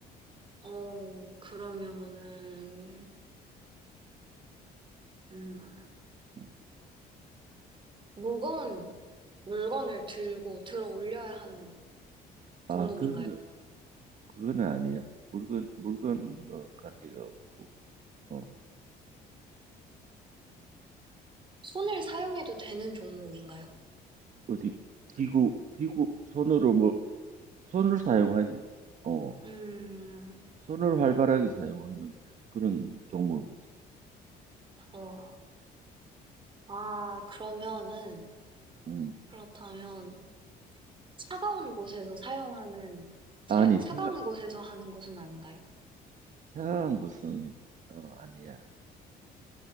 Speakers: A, on the right; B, on the right.
A: 어, 그러면은, 음,
B: 음.
A: 무거운 물건을 들고 들어 올려야 하는 종목인가요?
B: 아, 그런 거, 그건 아니야. 물건, 물건, 어, 관계가 없고. 어.
A: 손을 사용해도 되는 종목인가요?
B: 어디 기구 기구 손으로 뭐 손을 사용하지. 어,
A: 음,
B: 손을 활발하게 사용하는 그런 종목이지.
A: 어, 아, 그러면은,
B: 음.
A: 그렇다면, 차가운 곳에서 사용하는, 차,
B: 아니,
A: 차가운
B: 차가
A: 곳에서 하는 것은 아닌가요?
B: 차가운 곳은 어, 아니야.